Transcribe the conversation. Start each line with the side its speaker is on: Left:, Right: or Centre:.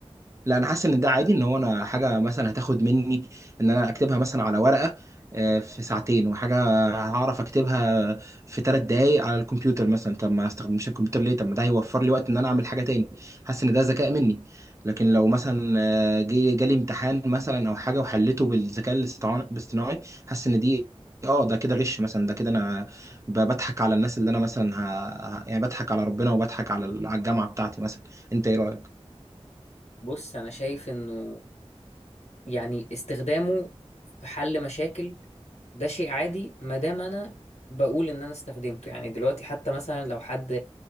Right: لا انا حاسس ان ده عادي ان هو انا حاجه مثلا هتاخد مني ان انا اكتبها مثلا على ورقه آه، في ساعتين وحاجه هعرف اكتبها في ثلاث دقايق على الكمبيوتر مثلا طب ما استخدمش الكمبيوتر ليه طب ما ده هيوفر لي وقت ان انا اعمل حاجه تاني حاسس ان ده ذكاء مني لكن لو مثلا آه، جه جالي امتحان مثلا او حاجه وحلته بالذكاء الاصطناعي الاصطناعي، حاسس ان دي اه ده كده غش مثلا ده كده انا ب- بضحك على الناس اللي انا مثلا ه... ه- يعني بضحك على ربنا وبضحك على على الجامعه بتاعتي مثلا انت ايه رايك
Left: بص أنا شايف إنه يعني استخدامه في حل مشاكل ده شيء عادي ما دام انا بقول ان انا استخدمته يعني دلوقتي حتى مثلا لو حد